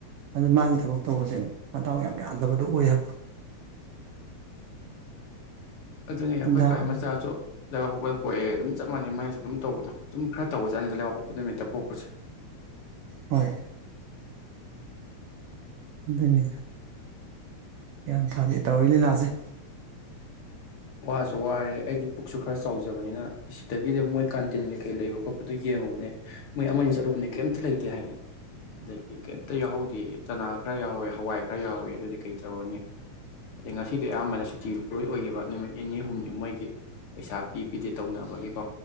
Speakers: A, on the right; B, on the left.
A: ꯑꯗꯨ ꯃꯥꯒꯤ ꯊꯕꯛ ꯇꯧꯕꯁꯦ ꯃꯇꯥꯎ ꯌꯥꯝ ꯌꯥꯗꯕꯗꯨ ꯑꯣꯏ ꯍꯥꯏꯕ
B: ꯑꯗꯨꯅꯤ ꯑꯩꯈꯣꯏ
A: ꯗꯥꯎꯁꯦ
B: ꯀꯥ ꯃꯆꯥꯁꯨ ꯂꯩꯕꯥꯛ ꯄꯣꯛꯄꯗ ꯄꯣꯛꯑꯦ ꯑꯗꯨꯝ ꯆꯞ ꯃꯥꯟꯩ ꯃꯥꯅꯁꯨ ꯑꯗꯨꯝ ꯇꯧꯕꯗꯣ ꯑꯗꯨꯝ ꯈꯔ ꯇꯧꯖꯥꯠꯅꯤꯗ ꯂꯩꯕꯥꯛ ꯄꯣꯛꯄ ꯅꯨꯃꯤꯠꯇ ꯄꯣꯛꯄꯁꯦ
A: ꯍꯣꯏ ꯑꯗꯨꯅꯤ ꯒ꯭ꯌꯥꯟ ꯇꯥꯗꯦ ꯇꯧꯔꯤ ꯂꯤꯂꯥꯁꯦ
B: ꯋꯥꯁꯨ ꯋꯥꯔꯦ ꯑꯩꯗꯤ ꯄꯨꯛꯁꯨ ꯈꯔ ꯆꯥꯎꯖꯕꯅꯤꯅ ꯁꯤꯗꯒꯤꯗꯤ ꯃꯣꯏ ꯀꯥꯟꯇꯤꯟ ꯀꯩꯀꯩ ꯂꯩꯕ ꯈꯣꯠꯄꯗꯨ ꯌꯦꯡꯉꯨꯕꯅꯦ ꯃꯣꯏ ꯑꯃꯅꯤ ꯆꯠꯂꯨꯕꯅꯦ ꯀꯩꯝꯇ ꯂꯩꯇꯦ ꯍꯥꯏꯅꯦ ꯑꯗꯒꯤ ꯀꯩꯝꯇ ꯌꯥꯎꯍꯧꯗꯦ ꯆꯅꯥ ꯈꯔ ꯌꯥꯎꯍꯧꯋꯤ ꯍꯋꯥꯏ ꯈꯔ ꯌꯥꯎꯍꯧꯋꯤ ꯑꯗꯨꯗꯤ ꯀꯩ ꯇꯧꯔꯅꯤ ꯑꯗꯩ ꯉꯁꯤꯗꯤ ꯑꯌꯥꯝꯕꯅ ꯁꯨꯇꯤ ꯂꯣꯏ ꯑꯣꯏꯒꯤꯕ ꯅꯨꯃꯤꯠ ꯅꯤꯅꯤ ꯍꯨꯝꯅꯤ ꯃꯣꯏꯒꯤ ꯄꯩꯁꯥ ꯄꯤ ꯄꯤꯗꯦ ꯇꯧꯅꯕꯒꯤꯀꯣ